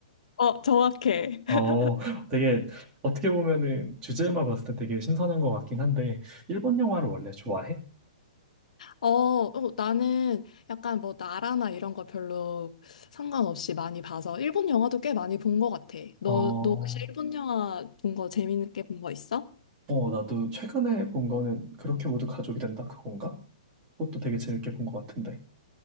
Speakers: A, on the left (about 75°); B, on the right (about 20°).
A: 어, 정확해. <laughs>
B: 어, 되게 어떻게 보면은 주제만 봤을 때 되게 신선한 것 같긴 한데, 일본 영화를 원래 좋아해?
A: 어, 어, 나는 약간 뭐 나라나 이런 거 별로 상관없이 많이 봐서, 일본 영화도 꽤 많이 본 것 같아. 너,
B: 어,
A: 너 혹시 일본 영화 본 거 재밌게 본 거 있어?
B: 어, 나도 최근에 본 거는 그렇게 모두 가족이 된다 그건가? 그것도 되게 재밌게 본 것 같은데.